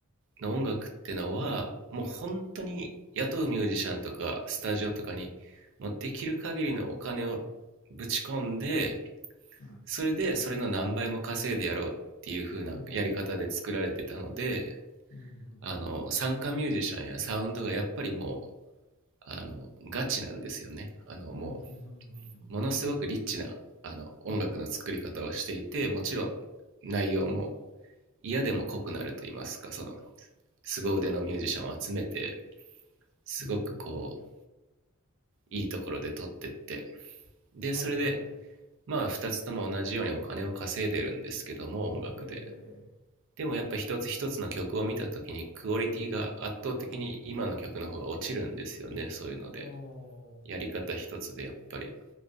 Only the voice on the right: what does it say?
の音楽ってのは、もう本当に雇うミュージシャンとか、スタジオとかに、もうできる限りのお金をぶち込んで、
それでそれの何倍も稼いでやろうっていう風なやり方で作られてたので、
あの、参加ミュージシャンやサウンドがやっぱりもあの、ガチなんですよね。あの、
も
う、ものすごくリッチな、あの、音楽の作り方をしていて、
もちろん内容も嫌でも濃くなると言いますか、その、凄腕のミュージシャンを集めて、すごくこう、
いいところで撮ってって、で、
それで、
まあ、二つとも同じようにお金を稼いでるんですけども、音楽で。
でもやっぱ一つ一つの曲を見た時にクオリティが圧倒的に今の曲の方が落ちるんですよね、そういうので。
やり方一つでやっぱり。